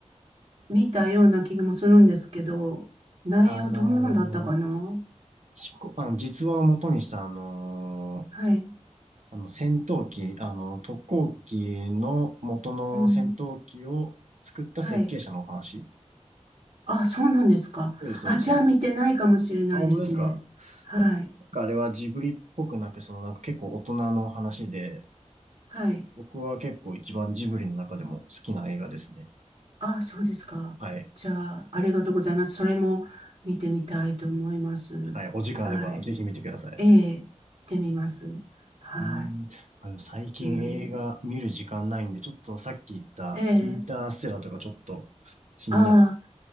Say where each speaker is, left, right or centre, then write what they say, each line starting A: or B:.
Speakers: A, on the right; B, on the right.
A: 見たような気もするんですけど、内容どんなんだったかな
B: あのー飛行、あの、実話を元にした、あの
A: はい。
B: ーあの、戦闘機、あの、特攻機の元の戦闘機を作った設計者のお話。
A: うん。はい。あ、そうなんですか。
B: そうです、そうです、
A: あ、じゃあ見てないかもしれないですね。
B: そうです。あ、本当ですか
A: はい。
B: なんかあれはジブリっぽくなく、そのなんか結構大人の話で、
A: はい。
B: 僕は結構一番ジブリの中でも好きな映画ですね。
A: あ、そうですか。
B: はい。
A: じゃあ、ありがとうございます。それも見てみたいと思います。
B: はい。お時間あればぜひ見てください。
A: はい。ええ、行ってみます。はい。
B: うん、まあでも最近映画見る時間ないんで、
A: うん。
B: ちょっとさっき言ったインターステラーとかちょっと
A: ええ、
B: 気になる。
A: ああ、